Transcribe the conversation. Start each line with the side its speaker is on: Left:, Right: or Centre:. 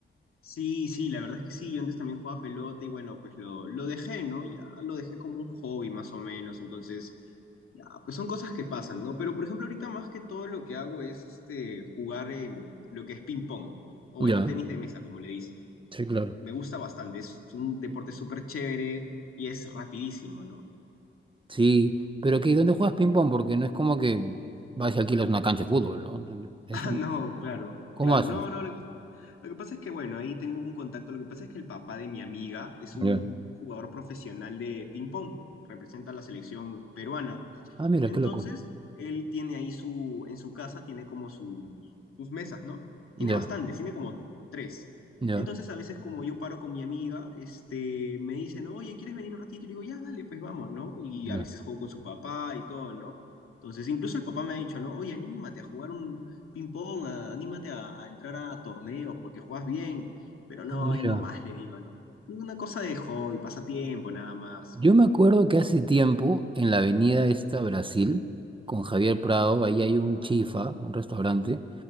Left: Sí, sí, la verdad es que sí, yo antes también jugaba pelota y bueno, pues lo, lo dejé, ¿no? Ya lo dejé como un hobby más o menos, entonces... Ya, pues son cosas que pasan, ¿no? Pero por ejemplo, ahorita más que todo lo que hago es este jugar eh, lo que es ping pong, o
Right: Ya,
Left: bueno, tenis de mesa, como le dicen.
Right: sí, claro.
Left: Me gusta bastante, es un deporte súper chévere y es rapidísimo, ¿no? <laughs>
Right: Sí, pero que ¿dónde juegas ping-pong? Porque no es como que vas y alquilas una cancha de fútbol, ¿no? Eso,
Left: Ah, no, claro,
Right: ¿cómo
Left: claro.
Right: haces?
Left: No, no, lo que, lo que pasa es que, bueno, ahí tengo un contacto. Lo que pasa es que el papá de mi amiga es un
Right: Ya.
Left: jugador profesional de ping pong, representa a la selección peruana.
Right: Ah, mira,
Left: Entonces,
Right: qué loco.
Left: él tiene ahí su, en su casa, tiene como su- sus mesas, ¿no? Tiene
Right: Ya,
Left: bastantes, tiene como tres.
Right: ya,
Left: Entonces, a veces como yo paro con mi amiga, este, me dicen, oye, ¿quieres venir un ratito? Y le digo, ya, dale, pues vamos, ¿no? Y a
Right: ya.
Left: veces juego con su papá y todo, ¿no? Entonces, incluso el papá me ha dicho, ¿no? Oye, anímate a jugar un ping-pong, a- anímate a, a entrar a torneos porque juegas bien. Pero no,
Right: Ah, mira.
Left: ahí nomás le digo, ¿no? Una cosa de hobby, pasatiempo, nada más.
Right: Yo me acuerdo que hace tiempo, en la avenida esta Brasil, con Javier Prado, ahí hay un chifa, un restaurante,